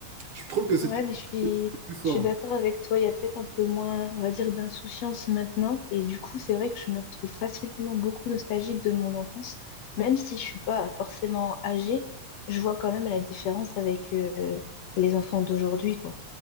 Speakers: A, on the right; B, on the left.
A: je trouve que c'était
B: Ouais, mais je suis,
A: plus fort.
B: je suis d'accord avec toi. Il y a peut-être un peu moins, on va dire, d'insouciance maintenant. Et du coup, c'est vrai que je me retrouve facilement beaucoup nostalgique de mon enfance. Même si je suis pas forcément âgée, je vois quand même la différence avec euh, les enfants d'aujourd'hui, quoi.